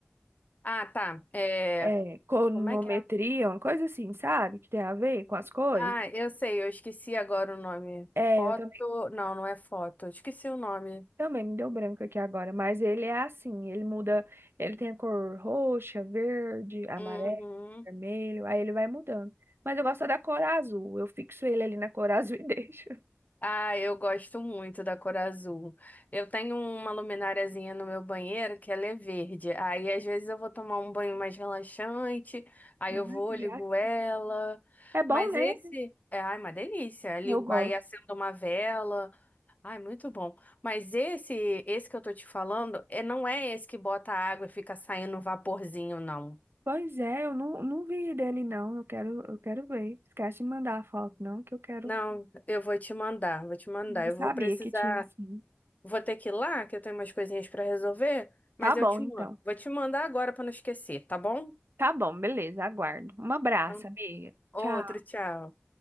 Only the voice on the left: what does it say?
Ah, tá. É...
Como é que é?
Ah, eu sei, eu esqueci agora o nome.
Foto.
Não, não é foto. Eu Esqueci o nome.
Uhum.
Ah, eu gosto muito da cor azul. Eu tenho uma lumináriazinha no meu banheiro que ela é verde. Aí às vezes eu vou tomar um banho mais relaxante, aí eu vou,
ligo ela.
Mas
esse é, ai, uma delícia. Ligo-
Aí acendo uma vela. Ai, muito bom. Mas esse, esse que eu tô te falando, é, não é esse que bota água e fica saindo um vaporzinho, não.
Não, eu vou te mandar, vou te mandar.
Eu
vou precisar,
vou ter que ir lá, que eu tenho umas coisinhas pra resolver, mas
eu te
mando. Vou te mandar agora pra não esquecer, tá bom?
Então,
outro,
tchau.